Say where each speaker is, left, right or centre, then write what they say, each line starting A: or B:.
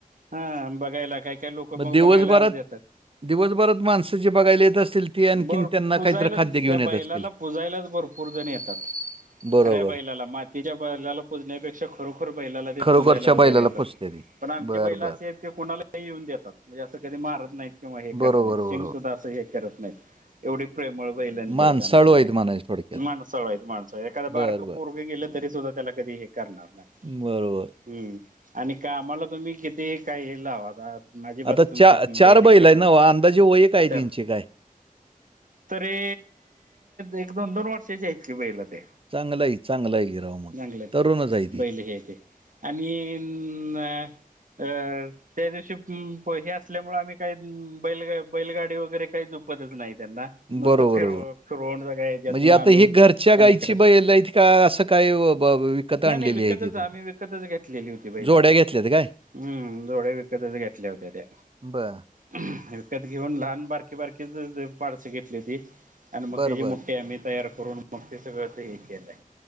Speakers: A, on the right; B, on the right.
A: हा बघायला काही काय लोक लोक
B: मग दिवसभरात
A: बघायला देतात.
B: दिवसभरात माणसं जी बघायला येत असतील ती आणखीन
A: बर
B: त्यांना
A: पूजायला
B: काहीतरी खाद्य घेऊन
A: त्या बैलाला
B: येत असतील.
A: पुजायलाच भरपूर जण येतात.
B: बरोबर.
A: खऱ्या बैलाला मातीच्या बैल पुजण्यापेक्षा खरोखर बैलाला ते
B: खरोखरच्या
A: पुजायला वगैरे
B: बैलाला
A: येतात.
B: पुजते ती.
A: पण आमची
B: बरं,
A: बैलअसे
B: बरं.
A: आहेत. की कोणाला येऊन देतात. म्हणजे असं कधी मारत नाहीत. किंवा हे
B: बरोबर,
A: करत नाहीत
B: बरोबर.
A: शिंग सुद्धा असं हे करत नाहीत. एवढी प्रेमळ बैलं ते
B: माणसाळू
A: आहेत आमच्या इथे
B: म्हणायचं थोडक्यात.
A: माणसाळु आहेत माणसाळु एखादा
B: बरं,
A: बारका
B: बरं.
A: कुठे गेल तरी सुद्धा त्याला कधी हे करणार नाही.
B: बरोबर.
A: हम्म आणि कामाला तुम्ही किती काही लावा अजिबात
B: आता
A: तुमची
B: चा
A: बैल हे करनार
B: आहे ना
A: नाही
B: हो? अंदाजे वय काय
A: तर.
B: त्यांची काय?
A: तरी एक, दोन, दोन वर्षाची आहेत की बैल ते.
B: चांगलं आहे, चांगलं आहे. की राव मग.
A: चागलय
B: तरुणच आहे ती.
A: बैल घ्यायचे आणि अ ह. त्या दिवशी हे असल्यामुळे आम्ही काही बैलग बैलगाडी वगैरे काही जोपतच नाही त्यांना. मस्त
B: बरोबर,
A: फिरुव
B: बरोबर.
A: फिरूवण सगळ्या याच्यातुन
B: म्हणजे आता
A: आणून
B: ही घरच्या
A: त्या
B: गाईची
A: करत.
B: बैल आहेत का असं काय व ब विकत आणलेली
A: नाही, नाही विकतच
B: आहे ती तुम्ही?
A: आम्ही विकतच घेतलेली होती बैल
B: जोड्या
A: ते.
B: घेतल्यात काय?
A: हम्म, जोड्या विकतच घेतल्या होत्या त्या.
B: बर.
A: विकत घेऊन लहान बारकी, बारकीच पाडस घेतली होती आणि मग
B: बरं,
A: त्याची
B: बरं.
A: मुठठी आम्ही तयार करून मग ते सगळं तर हे केलं आहे.